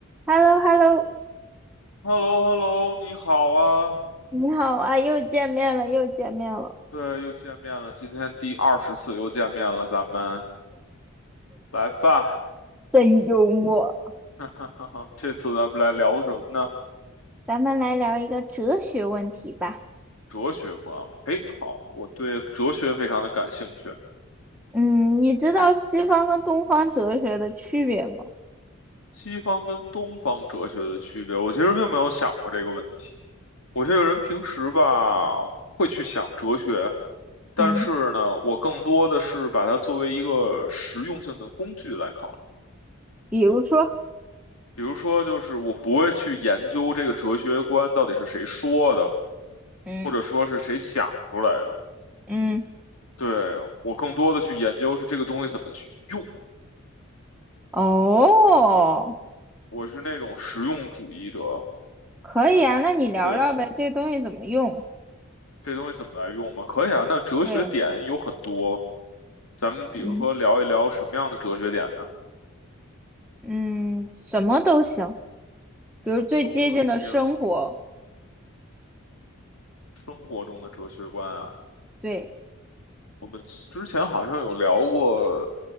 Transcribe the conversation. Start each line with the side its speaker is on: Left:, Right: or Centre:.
Centre: h e l l o h e l l o
Left: h e l l o h e l l o 你好啊，
Centre: 你好啊，又见面了，又见面了。
Left: 对，又见面了，今天第二十次又见面了，咱们来吧，
Centre: 真幽默。
Left: <laughs> 这次咱们来聊什么呢？
Centre: 咱们来聊一个哲学问题吧。
Left: 哲学观，哎，好，我对哲学非常的感兴趣，
Centre: 嗯，你知道西方跟东方哲学的区别吗？
Left: 西方跟东方哲学的区别，我其实并没有想过这个问题。我这个人平时吧会去想哲学，但是呢，
Centre: 嗯
Left: 我更多的是把它作为一个实用性的工具来考
Centre: 比如说，
Left: 比如说，就是我不会去研究这个哲学观到底是谁说的，
Centre: 嗯
Left: 或者说是谁想出来的。
Centre: 嗯，
Left: 对，我更多的去研究是这个东西怎么去用。
Centre: 哦，
Left: 我是那种实用主义者。
Centre: 可以啊，那你聊聊呗，
Left: 对，
Centre: 这个东西怎么用？
Left: 这东西怎么来用嘛？可以啊。那哲学点有很多，
Centre: 对，
Left: 咱们比如说聊一聊什么样的哲学点呢？
Centre: 嗯嗯，什么都行，比如最接近的生活，
Left: 什么都行。生活中的哲学观啊，
Centre: 对，
Left: 我们之前好像有聊过